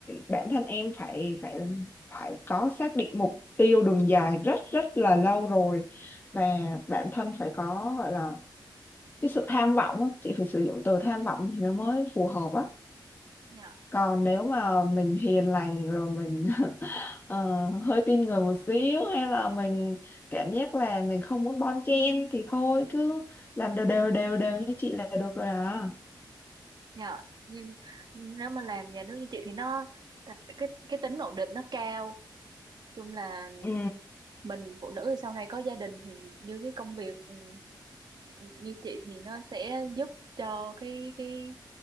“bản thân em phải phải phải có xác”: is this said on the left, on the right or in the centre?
Left